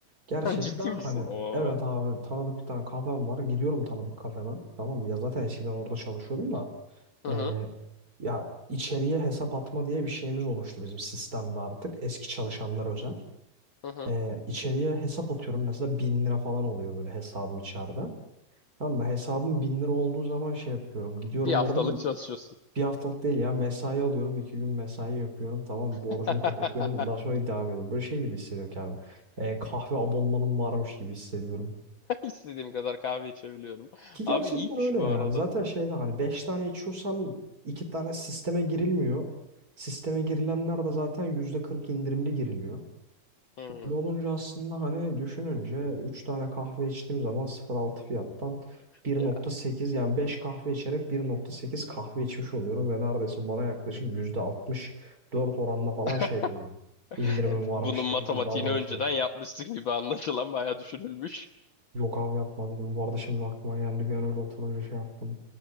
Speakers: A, on the right; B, on the left.
A: Gerçekten
B: ben. <laughs> Ciddi misin?
A: hani
B: Oo.
A: evet abi tanıdık bir tane kafem var. Gidiyorum tanıdık kafeme. Tamam mı? ya zaten eskiden orada çalışıyordum da.
B: Hı
A: Ee,
B: hı.
A: ya içeriye hesap atma diye bir şeyimiz oluştu bizim sistemde artık. Eski çalışanlar özel.
B: Hı hı.
A: Ee, içeriye hesap atıyorum mesela bin lira falan oluyor böyle hesabım içeride. Tamam mı? Hesabım 1000 lira olduğu zaman şey yapıyorum. Gidiyorum
B: Bir haftalık
A: orada
B: çalışıyorsun.
A: bir haftalık değil ya mesai alıyorum. iki gün mesai yapıyorum. Tamam mı? borcumu
B: <laughs>
A: kapatıyorum. Daha sonra devam ediyorum. Böyle şey gibi hissediyorum kendimi. E, kahve abonmanım varmış gibi hissediyorum.
B: İstediğim kadar kahve içebiliyorum.
A: Ki gerçekten
B: Abi iyiymiş
A: öyle
B: bu
A: yani.
B: arada.
A: Zaten şeyde hani 5 tane içiyorsam 2 tane sisteme girilmiyor. Sisteme girilenler de zaten %40 indirimli giriliyor.
B: Hmm.
A: Öyle olunca aslında hani düşününce 3 tane kahve içtiğim zaman sıfır virgül altı fiyattan bir
B: Ya.
A: nokta sekiz yani 5 kahve içerek bir nokta sekiz kahve içmiş oluyorum ve neredeyse bana yaklaşık yüzde altmış dört oranla falan
B: <laughs>
A: şey böyle indirimim
B: Bunun
A: varmış gibi
B: matematiğini
A: bir davranış
B: önceden
A: veriyor.
B: yapmışsın gibi anlaşılan bayağı düşünülmüş.
A: Yok abi yapma dedim. Bu arada şimdi aklıma geldi bir an öyle oturunca şey yaptım.